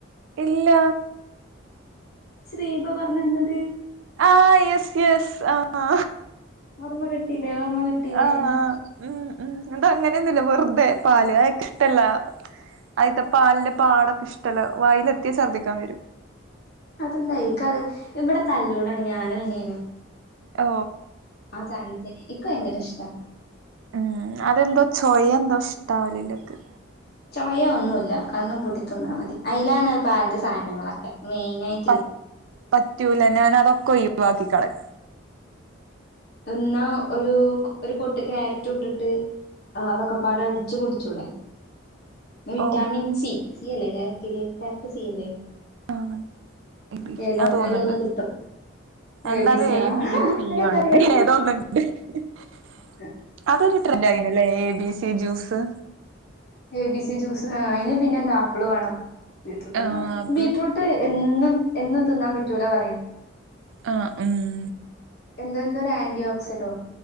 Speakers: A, on the right; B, on the left.
A: ഇല്ല
B: ച് ദീപ പറഞ്ഞന്നത്
A: ആ യെസ് യെസ് ആ
B: ഓർമ്മ കിട്ടീലെ ഓർമ്മ കിട്ടീലെ
A: ആ ഉം ഉ അതങ്ങനെയൊന്നുല്ല വെറുതെ പാല് അയാക്ക് ഇഷ്ടല്ല ആയിത്തെ പാല്ല് പാടൊക്കെ ഇഷ്ടല വായില് എത്തിയാൽ ഛർദ്ദിക്കാൻ വരും.
B: അതെന്തായിക്കാെ ഇവിടെ തല്ലൂടാണ് ഞാനും അനിയനും
A: ഓ
B: ആ സാദനത്തിന് ഇക്ഭയങ്കര ഇഷ്ട്ടാ
A: ഉം അതെന്തോ ചോയ എന്തോ ഇഷ്ടാവല്‌ ഇല്ല ക്ക്.
B: ചൊയഒന്നു ഇല്ല കണ് പൂട്ടി തിന്നാൽ മതി. അതിലാണ് പലിന്റെ സാധനങ്ങളൊക്കെ മെയിന ആയിട്ട്
A: പ പറ്റൂല ഞാൻ അതൊക്കെ ഒഴിവാക്കികളയു.
B: ഇന്നാ ഒരു ഒരു പൊട്ട് ക്യാരറ്റു ഇട്ടിട്ട് അതൊക്കെ അടിച്ചു കുടിച്ചുടെ വിറ്റാമിൻ
A: ഓ
B: സി സി അല്ലേ ക്യാരറ്റില് ക്യാരറ്റ് സി അല്ലേ
A: ആ എ ബി സി
B: ഏതോ
A: ആ തോന്നുന്നുണ്ട്
B: ഏതോ ഒന്ന് കിട്ടും.
A: എന്തായാലും
B: എബി സി
A: എയും
B: ആഹാ <unintelligible>
A: ബിയും സിയും ആണ് <unintelligible>
B: ഉ
A: അതൊരു ട്രെൻഡറ് ആയുന്നല്ലേ A B C juice
B: A B C juice അതിന് പിന്നെ എന്താ ആപ്പിള് വേണം ബീട്രൂട്ടും
A: ആ
B: വേണം
A: അപ്പളും
B: ബീട്രൂട്ട് എന്നും എന്നും തിന്നാൻ പറ്റൂലോ പറയും.
A: ആ ഉം
B: എന്തോ എന്തോ ഒരു ആന്റി ഓക്സിഡോ